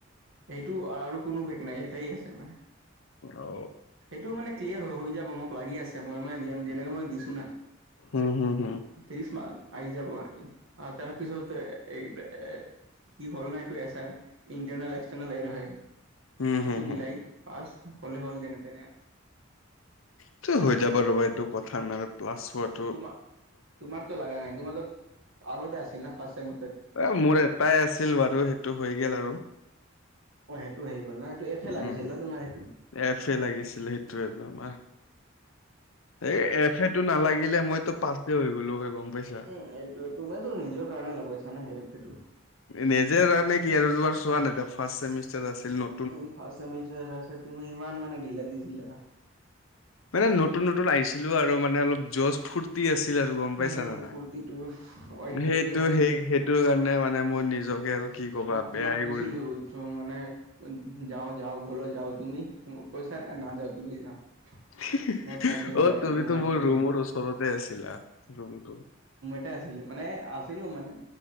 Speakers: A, on the right; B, on the left.
A: সেইটো আৰু কোনো বেগ নাই এটাই আছে মানে।
B: অ
A: সেইটো মানে ক্লিয়াৰ হৈ হৈ যাব মোক লাগি আছে, মই মানে যেনেকে মই দিছো না।
B: হুম হুম হুম।
A: ত্ৰিশ মান আহি যাব আৰু কি তাৰে পিছত এই এ কি হ'ল না এইটো এছাৰ ইণ্টাৰনেল এক্সটাৰনেল এৰহে সেইটো
B: হুম হুম হুম
A: মিলাই পাছ হ'লে হ'ল যেনে তেনে।
B: এইটো‌ হৈ যাবা ৰ'বা এইটো কথা নাই প্লাছ ফৰ্ড
A: তোমাৰ তোমাৰতো লগা নাই তোমাৰতো আগতে আছিল না ফাৰ্ষ্ট ছেমত?
B: এ মোৰ এটাই আছিল বাৰু সেইটো হৈ গেল আৰু।
A: অ সেইটো হে গ'ল না এইটো এফে
B: উম
A: লাগিছিল না তোমাৰ এইটো।
B: এফ এ লাগিছিলে সেইটোৱে তোমাৰ এই এফেটো নালাগিলে মইতো পাচে হৈ গলো হয় গম পাইছা!
A: উম এইটোৱে তুমিতো নিজৰ কাৰণে লগাইছা সেই এফেটো।
B: নিজেৰ কাৰণে কি আৰু তোমাৰ চোৱা নাই এতিয়া ফাৰ্ষ্ট চেমিষ্টাৰ আছিল ন।
A: উম ফাৰ্ষ্ট চেমিষ্টাৰ আছে তুমি ইমান মানে ঢিলা দিছিলা।
B: মানে নতুন নতুন আহিছিলো আৰু মানে অলপ জচ ফূৰ তি আছিল আৰু
A: উম,
B: গম পাইছা নে নাই?
A: ফূৰ্তিটো অ' সেইটোৱে।
B: সেইটো সেই সেই টো কাৰণে মানে মোৰ নিজকে আৰু কি কবা
A: মোক তোমাক
B: বেয়াই
A: কৈছিলো
B: কৰি
A: <unintelligible> মানে যাওঁ যাওঁ বলা যাওঁ তুমি কৈছা নে নাযাও তুমি যাওঁ।
B: <unintelligible>
A: মই থাকিম
B: অ
A: মই
B: তুমিতো
A: ঘুমাই
B: মোৰ
A: থাকিম।
B: ৰুমৰ ওচৰতে আছিলা ৰুমটো।
A: তে আছিলো মানে আছিলো মানে